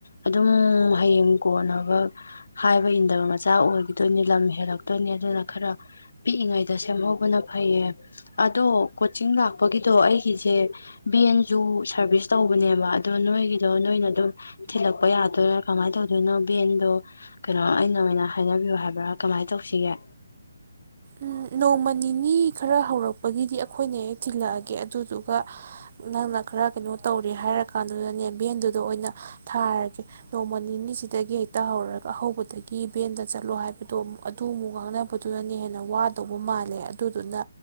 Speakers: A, on the left; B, on the right.
A: ꯑꯗꯨꯝ ꯍꯌꯦꯡ ꯀꯣꯟꯅꯕ ꯍꯥꯏꯕ ꯏꯟꯗꯕ ꯃꯆꯥ ꯑꯣꯏꯈꯤꯗꯣꯏꯅꯤ ꯂꯝ ꯍꯦꯜꯂꯛꯇꯣꯏꯅꯤ ꯑꯗꯨꯅ ꯈꯔ ꯄꯤꯛꯏꯉꯩꯗ ꯁꯦꯝꯍꯧꯕꯅ ꯐꯩꯌꯦ ꯑꯗꯣ ꯀꯣ ꯀꯛꯆꯤꯡ ꯂꯥꯛꯄꯒꯤꯗꯣ ꯑꯩꯒꯤꯁꯦ ꯚꯦꯟꯁꯨ ꯁꯥꯔꯚꯤꯁ ꯇꯧꯕꯅꯦꯕ ꯑꯗꯣ ꯅꯣꯏꯒꯤꯗꯣ ꯅꯣꯏꯅ ꯑꯗꯨꯝ ꯊꯤꯜꯂꯛꯄ ꯌꯥꯗꯣꯏꯔꯥ ꯀꯃꯥꯏꯅ ꯇꯧꯗꯣꯏꯅꯣ ꯚꯦꯟꯗꯣ ꯀꯩꯅꯣ ꯑꯩꯅ ꯑꯣꯏꯅ ꯍꯥꯏꯅꯕꯤꯌꯨ ꯍꯥꯏꯕ꯭ꯔꯥ ꯀꯝꯃꯥꯏꯅ ꯇꯧꯁꯤꯒꯦ
B: ꯎꯝ ꯅꯣꯡꯃ ꯅꯤꯅꯤ ꯈꯔ ꯍꯧꯔꯛꯄꯒꯤꯗꯤ ꯑꯩꯈꯣꯏꯅ ꯍꯦꯛ ꯊꯤꯜꯂꯛꯑꯒꯦ ꯑꯗꯨꯗꯨꯒ ꯅꯪꯅ ꯈꯔ ꯀꯩꯅꯣ ꯇꯧꯔꯦ ꯍꯥꯏꯔ ꯀꯥꯟꯗꯨꯗꯅꯦ ꯚꯦꯟꯗꯨꯗ ꯑꯣꯏꯅ ꯊꯥꯔꯒꯦ ꯅꯣꯡꯃ ꯅꯤꯅꯤꯁꯤꯗꯒꯤ ꯍꯦꯛꯇ ꯍꯧꯔꯒ ꯍꯧꯕꯗꯒꯤ ꯚꯦꯟꯗ ꯆꯠꯂꯣ ꯍꯥꯏꯕꯗꯣꯨꯛ ꯑꯗꯨ ꯑꯃꯨꯛ ꯉꯥꯡꯅꯕꯗꯨꯅꯅꯦ ꯍꯦꯟꯅ ꯑꯃꯨꯛ ꯋꯥꯗꯧꯕ ꯃꯥꯜꯂꯦ ꯑꯗꯨꯗꯨꯅ